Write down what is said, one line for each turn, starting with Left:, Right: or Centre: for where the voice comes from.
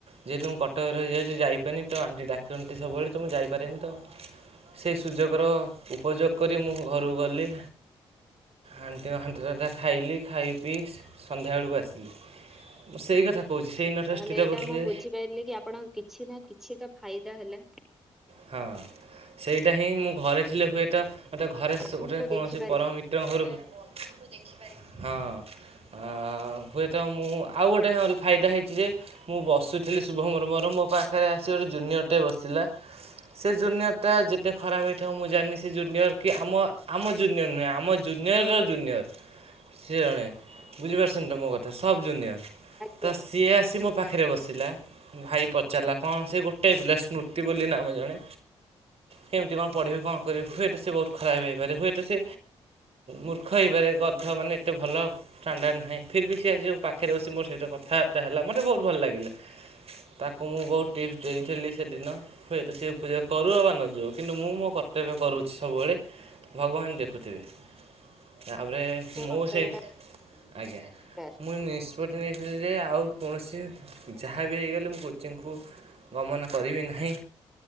Right: ଯେହେତୁ ମୁ କଟକରେ ରହିଯାଉଛି ଯାଇପାରୁନି ତ ଆଣ୍ଟି ଡାକନ୍ତି ସବୁବେଳେ ତ ମୁଁ ଯାଇପାରେନି ତ ସେଇ ସୁଯୋଗର ଉପଯୋଗ କରି ମୁଁ ଘରୁକୁ ଗଲି। ଆଣ୍ଟିଙ୍କ ହାଣ୍ଟି ରନ୍ଧା ଖାଇଲି ଖାଇ ପିଇ ସନ୍ଧ୍ୟାବେଳକୁ ଆସିଲି। ମୁଁ ସେଇ କଥା କହୁଛି। ସେଇ
Centre: ଏ
Right: ଦିନଠାରୁ
Centre: ତାହେଲେ
Right: ସ୍ଥିର
Centre: ଏଇଟା
Right: କରିଥିଲି
Centre: ମୁଁ ବୁଝିପାରିଲି କି ଆପଣଙ୍କ କିଛି ନା କିଛି ତ ଫାଇଦା ହେଲା।
Right: ହଁ ସେଇଟା ହିଁ ମୁଁ ଘରେ ଥିଲେ ହୁଏତ ମୋତେ ଘରେ
Centre: ବନ୍ଧୁଙ୍କୁ
Right: ସୋ ଗୋଟେ କୌଣସି
Centre: ଦେଖିପାରିଲି
Right: ପରମ ମି ମିତ୍ରଙ୍କ ଘରକୁ, ହଁ। ଆଉ ହୁଏତ ମୁଁ ଆଉ ଗୋଟେ ହଲ୍ ଫାଇଦା ହେଇଛି ଯେ ମୁଁ ବସୁଥିଲି ଶୁଭମର ମୋର ମୋ ପାଖରେ ଆସି ଗୋଟେ ଜୁନିୟରଟେ ବସିିଲା। ସେ ଜୁନିୟରଟା ଯେତେ ଖରାପ ହେଇଥିବ ମୁଁ ଜାଣିନି ସେ ଜୁନିୟର କି ଆମ ଆମ ଜୁନିୟର ନୁହେଁ ଆମ ଜୁନିୟର୍ ର ଜୁନିୟର ସେ ଜଣେ ବୁଝିପାରଛନ୍ତି ତ ମୋ କଥା ସବ୍ ଜୁନିୟର।
Centre: ଆଜ୍ଞା
Right: ତସ୍ ଯିଏ ଆସି ମୋ ପାଖରେ ବସିଲା ଭାଇ ପଚାରିଲା କଣ ସେ ଗୋଟେଏ ପିଲା ସ୍ମୃତି ବୋଲି ନାମ ଜଣେ, କେମିତି କଣ ପଢ଼ିବି କଣ କରିବି ହୁଏତ ସେ ବହୁତ ଖରାପ ହେଇପାରେ ହୁଏତ ସେ ମୂର୍ଖ ହେଇପାରେ ଗଧ ମାନେ ଏତେ ଭଲ ଷ୍ଟାଣ୍ଡାଡ଼ ନାହିଁ ଫିର୍ ବିି ସିଏ ଆଜି ଯୋଉ ପାଖରେ ବସି ମୋର ସହିତ କଥାବାର୍ତ୍ତା ହେଲା ମତେ ବହୁତ ଭଲ ଲାଗିଲା। ତାକୁ ମୁଁ ବହୁତ ଟିପ୍ସ ଦେଇଥିଲି ସେଦିନ। ତ ସିଏ ପୂଜାକରୁ ଅବା ନଯାଉ କିନ୍ତୁ ମୁଁ ମୋ କର୍ତ୍ତବ୍ୟ କରୁଛି ସବୁବେଳେ ଭଗବାନ ଦେଖୁଥିବେ। ତାପରେ
Centre: ନିଜ
Right: ମୁଁ
Centre: କର୍ତ୍ତବ୍ୟ
Right: ସେଇ
Centre: ଟା
Right: ଆଜ୍ଞା,
Centre: ଦରକାର।
Right: ମୋର ନିଷ୍ ନିଷ୍ପତି ନେଇଥିଲି ଯେ ଆଉ କୌଣସି ଯାହାବି ହେଇଗଲେ ମୁଁ କୋଚିଂକୁ ଗମନ କରିବି ନାହିଁ।